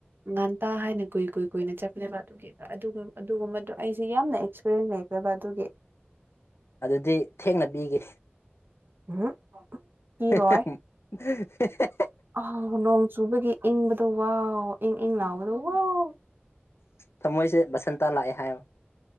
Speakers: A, on the right; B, on the left.
A: ꯉꯥꯟꯇꯥ ꯍꯥꯏꯅ ꯀꯨꯏ ꯀꯨꯏ ꯀꯨꯏꯅ ꯆꯠꯄꯅꯦꯕ ꯑꯗꯨꯒꯤ ꯑꯗꯨꯒꯨꯝꯕꯗꯣ ꯑꯩꯁꯦ ꯌꯥꯝꯅ ꯑꯦꯛꯁꯄꯤꯔꯦꯟꯁ ꯂꯩꯈ꯭ꯔꯕ ꯑꯗꯨꯒꯤ
B: ꯑꯗꯨꯗꯤ ꯊꯦꯡꯅ ꯄꯤꯒꯦ
A: ꯎꯝ ꯀꯤꯔꯣꯏ
B: <unintelligible>
A: ꯑꯥꯎ ꯅꯣꯡ ꯆꯨꯕꯒꯤ ꯏꯪꯕꯗꯣ ꯋꯥ ꯏꯪ ꯏꯪ ꯂꯥꯎꯕꯗꯨ ꯋꯥꯎ
B: ꯊꯃꯣꯏꯁꯦ ꯕꯥꯁꯟꯇ ꯂꯥꯛꯑꯦ ꯍꯥꯏꯌ